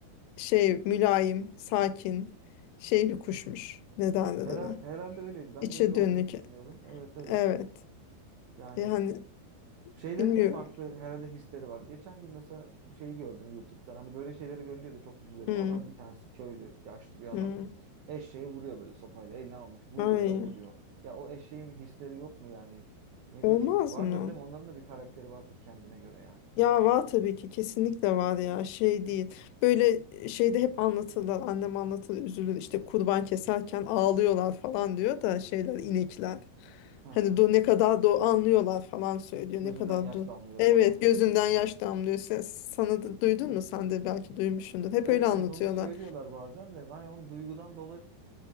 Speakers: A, on the left; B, on the right.
A: şey mülayim, sakin, şey bir kuşmuş. Ne derler
B: Hera-
A: ona?
B: herhalde öyleydi. Ben
A: İçe
B: de öyle olduğunu
A: dönük.
B: düşünüyorum. Evet evet.
A: Evet.
B: Yani
A: Yani
B: Şeylerin
A: bilmiyorum.
B: de farklı herhalde hisleri var. Geçen gün mesela şeyi gördüm YouTube'da. Hani böyle şeyleri görünce de çok üzülüyorum.
A: Hmm,
B: Adam bir tanesi köylü, yaşlı bir adam.
A: hmm.
B: Eşeğe vuruyor böyle sopayla. Eline almış. Vuruyor
A: Ay,
B: da vuruyor. Ya o eşeğin bir hisleri yok mu yani? Ne
A: olmaz
B: bileyim. Vardır
A: mı?
B: değil mi? Onların da bir karakteri vardır kendine göre yani.
A: Ya var tabii ki kesinlikle var ya şey değil. Böyle şeyde hep anlatırlar annem anlatır üzülür işte kurban keserken ağlıyorlar falan diyor da şeyler inekler.
B: Hı hı.
A: Hani do ne kadar do anlıyorlar falan söylüyor
B: Gözünden
A: ne kadar
B: yaş
A: do.
B: damlıyor
A: Evet
B: falan
A: gözünden
B: diyor.
A: yaş
B: Evet.
A: damlıyor. Sen, sana da duydun mu? Sen de belki duymuşsundur. Hep
B: Evet
A: öyle anlatıyorlar.
B: evet onu söylüyorlar bazen de. Hani onu duygudan dolayı